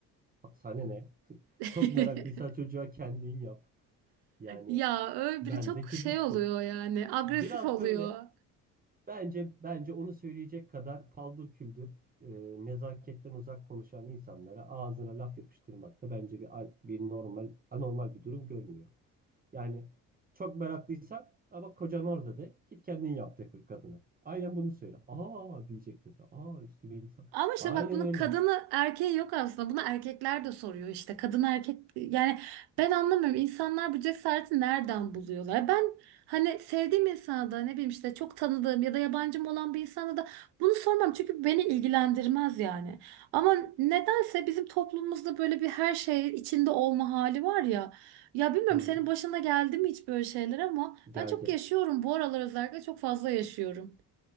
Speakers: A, on the right; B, on the right.
A: Sana ne? <laughs>
B: <laughs>
A: Çok meraklıysan çocuğa kendin yap. Yani
B: Ya öyle
A: ben
B: biri çok
A: de kedi
B: şey
A: tuttum.
B: oluyor yani agresif
A: Biraz
B: oluyor.
A: böyle Bence bence onu söyleyecek kadar paldır küldür e, nezaketten uzak konuşan insanlara ağzına laf yapıştırmakta bence bir al- bir normal anormal bir durum görmüyorum. Yani çok meraklıysan "Aa bak kocan orada de git kendin yap de kadına. Aynen bunu söyle. Aa diyecek mesela. Aa üstüme iyilik sa-"
B: Ama işte
A: Aynen
B: bak bunun
A: öyle.
B: kadını erkeği yok aslında. Bunu erkekler de soruyor işte. Kadın erkek yani ben anlamıyorum. İnsanlar bu cesareti nereden buluyorlar? Ben hani sevdiğim insana da ne bileyim işte çok tanıdığım ya da yabancım olan bir insana da bunu sormam. Çünkü beni ilgilendirmez yani. Ama nedense bizim toplumumuzda böyle bir her şey içinde olma hali var ya. Ya bilmiyorum
A: Hı hı.
B: senin başına geldi mi hiç böyle şeyler ama
A: Geldi.
B: ben çok yaşıyorum. Bu aralar özellikle çok fazla yaşıyorum.